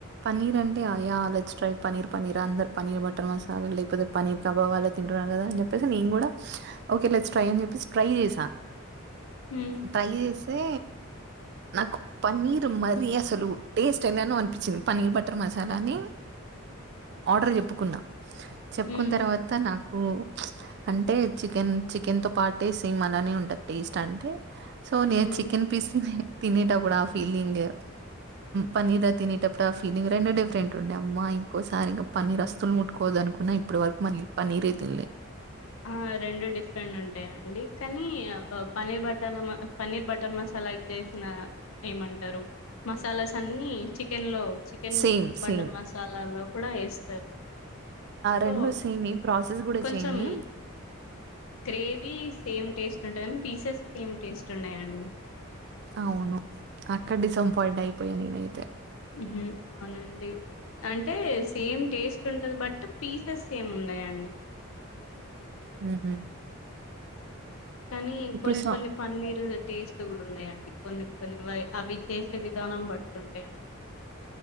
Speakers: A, on the right (about 50°); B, on the left (about 70°).
A: పన్నీర్ అంటే ఆయ అల పన్నీర్ పన్నీర్ యః పన్నీర్ బట్టర్ మసాలా అనీ ప్రభావాల్లో తింటున్నారు కదా అని చెప్పేసి నేను కూడా ఓకేలే ట్రై అని చెప్పేసి ట్రై చేసా
B: మ్మ్
A: ట్రై చేస్తే నాకు పన్నీర్ మరీ అసలు టేస్ట్ ఎలానో అనిపించింది పనీర్ బటర్ మసాలాని ఆర్డర్ చెప్పుకున్నా చెప్పుకున్న
B: మ్మ్
A: తర్వాత నాకు అంటే చికెన్ చికెన్ తో పాటే సేమ్ అలానే ఉంటది టేస్ట్ అంటే సో నే
B: మ్మ్
A: చికెన్ పీస్ తినేటప్పుడు ఆ ఫీలింగ్ పన్నీర్ తినేటప్పుడు ఆ ఫీలింగ్ రెండు డిఫరెంట్ ఉండే అమ్మా ఇంకోసారి ఇంకా పన్నీర్ అసలు ముట్కోవదు అనుకున్నా ఇప్పటి వరకు మళ్లీ పన్నీరే తినలే
B: ఆ రెండు డిఫరెంట్ ఉంటాయండి కానీ పన్నీర్ బట్ట ర పన్నీర్ బట్టర్ మసాలా కి చేసిన ఏం అంటారు అన్ని చికెన్ లో చికెన్
A: సేమ్
B: బటర్
A: సేమ్
B: మసాలాలో కూడా వేస్తారు సో
A: రెండు సేమి ప్రాసెస్ కూడా
B: కొంచెం
A: సేమె
B: గ్రేవీ సేమ్ టేస్ట్ ఉంటాది కానీ పీసెస్ సేమ్ టేస్ట్ ఉండయండి
A: అవును అక్కడ డిసప్పయింట్ అయిపోయా నేనైతే
B: హూ అవున అండి అంటే సేమ్ టేస్ట్ ఉంటుంది బట్ పీసెస్ సేమ్ ఉండయండి
A: ఉహు
B: కానీ
A: ఇప్పుడు
B: కొన్ని
A: స
B: కొన్ని పన్నీరు టేస్ట్ కుడ ఉండయండి కొన్ని కొన్ని అవి చేసే విధానం బట్టి ఉంటయండి